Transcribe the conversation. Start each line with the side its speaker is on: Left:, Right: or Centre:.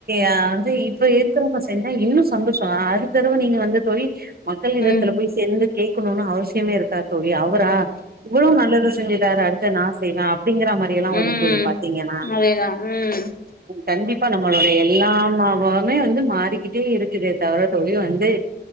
Right: ஆ வந்து இப்ப என்ன தெரிம செஞ்ச ஆ இன்னும் சந்தோஷம் அடுத்த தடவ நீங்க வந்து தோழி மக்கள் நிறுவத்துல
Left: ம்
Right: போய் சேர்ந்து கேக்குணுனு அவசியமே இருக் காது தோழி அவரா இவ்ளோ நல்லது செஞ்சிட்டாரு அடுத்த நா செய்லா அப்டிங்ற மாரிலா வரு
Left: ம்
Right: தோழி
Left: ம்
Right: பார் பாத்தீங்கன்னா
Left: அதேதா ம்
Right: கண்டிப்பா நம்மளோட எல்லாமா எப்பவுமே வந்து மாறிக்கிட்டே இருக்குதே தவிர தோழி வந்து